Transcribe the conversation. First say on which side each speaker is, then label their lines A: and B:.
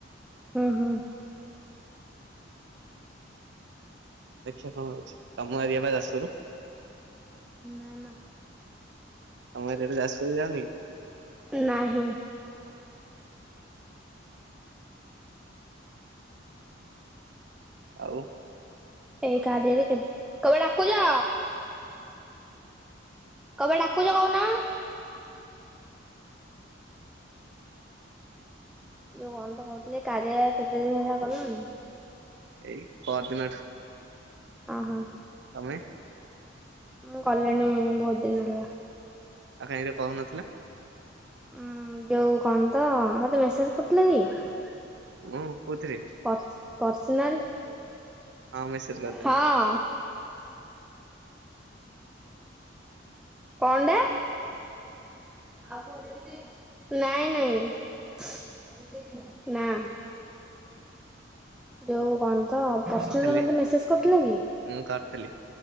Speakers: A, in the centre; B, on the right (about 65°).
A: ହୁଁ ହୁଁ।
B: ଦେଖିବା କଣ ହଉଛି, ତମ ଏରିଆ ପା ଯାଜପୁର?
A: ନାଁ ନା।
B: ତମ ଏରିଆଟା ଯାଜପୁରରେ ଯାଉନି କି?
A: ନାହିଁ।
B: ଆଉ
A: ଏଇ କାରିୟାରେ କେ <unintelligible> କ ପାଇ ଡାକୁଚ? କ ପାଇ ଡାକୁଚ କହୁନ? ଯୋଉ କଣ ତ କହୁଥିଲି ଏ କାରିୟା କେତେ ଦିନ ହେଲା କଲୁଣି?
B: ଏଇ ପରଦିନଠୁ।
A: ଅ ହଁ।
B: ତମେ
A: ମୁ କଲିଣି ବହୁତ ଦିନ ହେଲା।
B: ଆ କାହିଁ ଏରା ପମ୍ପ ନଥିଲା?
A: ଉଁ ଯୋଉ କଣ ତ ମତେ ମେସେଜ କରିଥିଲ କି?
B: ମୁଁ କୋଉଥିରେ
A: ପର୍ ପର୍ସନାଲ।
B: ହଁ ମେସେଜ କରିଥିଲି
A: ହଁ କଣଟା? ନାଇଁ ନାଇଁ, ନାଁ। ଯୋଉ କଣ ତ ପର୍ସନାଲ
B: କରିଥିଲି
A: ମତେ ମେସେସ କରିଥିଲ କି?
B: ମୁଁ କରିଥିଲି।